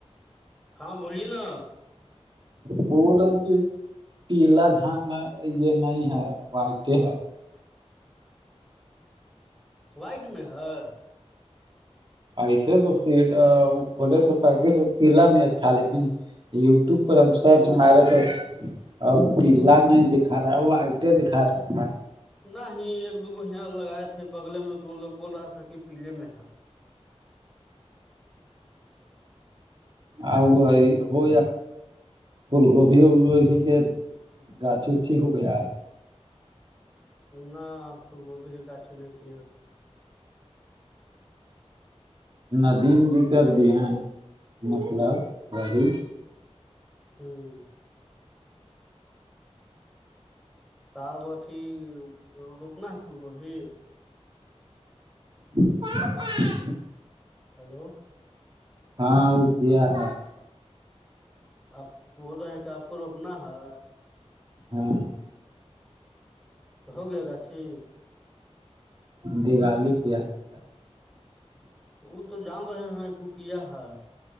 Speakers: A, in the centre; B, on the right.
A: ہاں بولیے نا
B: پا پیلا دھان یہ نہیں ہے وائٹ ہے
A: وائٹ میں ہےر
B: ایسے تو سیٹ کھولے تھے پیکٹ پیلا نہیں تھا لیکن یوٹوب پر ہم سرچ مارے تو اور پیلا نہیں دکھا رہا وہ آئیتےیں دکھا رہا ہے
A: نہ ہی ایک دوگو یہاں لگائے تھے بگلے میں تو لوگ بول رہا تھا کہ پیلے میں ہے
B: آ ہو فول گب ا لئے کی کہ گا چو چ ہوک ہے
A: نہ فل گبھی کے گاچ نہیں کی ہو
B: ندیم بھی کر دی ہیں مطلب گڑی
A: ہوں کب اھی روکنا ہے پھول گبھی
B: س پ
A: ہلو
B: ہاں وہ کیا ہے
A: آپ بول رہے ہیں کہ آپ کو روپنا ہے
B: ہاں
A: تو ہو گیا گاچھی
B: دیوالی کیا ہے دیوالی
A: وہ تو جان رہے ہیں کو کیا ہے